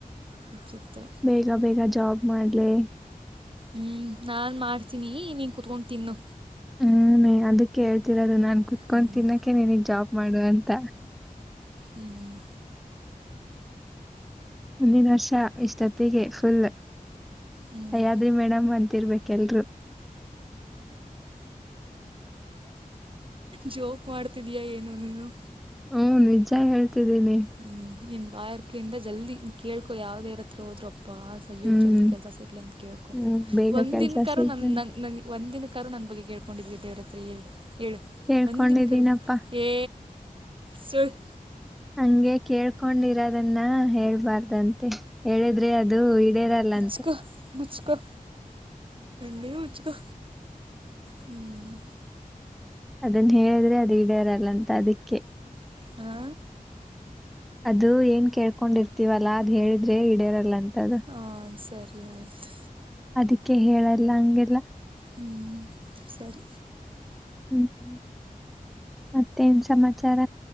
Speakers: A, on the right (about 35°); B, in the centre.
A: ವಿಚಿತ್ರ.
B: ಬೇಗ ಬೇಗ ಜಾಬ್ ಮಾಡಲೇ
A: ಹ್ಮ್ ನಾನ್ ಮಾಡ್ತೀನಿ ನೀನ್ ಕತ್ಕೊಂಡ್ ತಿನ್ನು.
B: ಹ್ಮ್ ಅದಕ್ಕೆ ಹೇಳ್ತಿರೋದು ನಾನ್ ಕುತ್ಕೊಂಡ್
A: ಹ್ಮ್
B: ತಿನ್ನಕೆ ನನೀಗ್ ಜಾಬ್ ಮಾಡುವ ಅಂತ.
A: ಹ್ಮ್ ಹ್ಮ್
B: ಮುಂದಿನ ವರ್ಷ ಇಷ್ಟೊತ್ತಿಗೆ ಫುಲ್..
A: ಹ್ಮ್
B: ಅಯ್ಯಾದ್ರಿ ಮೇಡಮ್ ಅಂತಿರ್ಬೇಕ ಎಲ್ರು
A: ಜೋಕ್ ಮಾಡ್ತಿದಯ ಏನು ನೀನು?
B: ಹ್ಮ ನಿಜ ಹೇಳ್ತಿದ್ದೀನಿ.
A: ಹ್ಮ ನಿನ್ ಬಾಯ್ ಅರಿಕೆ ಜಲ್ದಿ ಕೇಳ್ಕೊ ಯಾವ್ ದೇವರ್ ಹತ್ರ ಹೋದ್ರ ಅಪ್ಪಾ. ಅಯ್ಯೋ
B: ಹ್ಮ್
A: ಜಲ್ದಿ ಕೆಲ್ಸ ಸಿಗ್ಲಿ ಅಂತ ಕೇಳ್ಕೊ
B: ಹ್ಮ್ ಬೇಗ
A: ಒಂದಿನ
B: ಕೆಲ್ಸ
A: ಕಾರು
B: ಸಿಗ್ತ
A: ನನ್ ನನ್ನ ನನಗೆ. ಒಂದಿನ ಕಾರು ನನ್ ಬಗ್ಗೆ ಕೇಳ್ಕೊಂಡಿದೆ ದೇವ ಹತ್ರ ಹೇಳ ಹೇಳು
B: ಕೇಳ್ಕೊಂಡಿದ್ದೀನಪ್ಪಾ
A: ಒಂದಿನ ಕರು. ಎ ಸುಳ್-
B: ಹಂಗೆ ಕೇಳ್ಕೊಂಡಿರೋದನ್ನ ಹೇಳ್ಬಾರ್ದಂತೆ ಹೇಳಿದ್ರೆ ಅದು ಇಡೇರಲ್ಲ.
A: ಸ್ಕ ಮುಚ್ಕೊ ನಿ ಮುಚ್ಕೊ ಹ್ಮ್ -
B: ಅದನ್ ಹೇಳಿದ್ರೆ ಅದು ಇಡ್ಯಾರಲ್ಲ ಅಂತ ಅದಿಕ್ಕೆ.
A: ಹಾ
B: ಅದು ಏನ್ ಕೇಳ್ಕೊಂಡಿರ್ತಿವಲ್ಲಾ ಅದ್ ಹೇಳಿದ್ರೆ ಇಡೆರಲ್ಲ ಅಂತ ಅದು.
A: ಹಾಂ ಸರಿ ಆಯ್ತು.
B: ಅದಿಕ್ಕೆ ಹೇಳಲ್ಲ ಹಂಗೆಲ್ಲ.
A: ಹ್ಮ್ ಸರಿ.
B: ಹ್ಮ್ ಹ್ಮ್ ಮತ್ತೇನ್ ಸಮಾಚಾರ.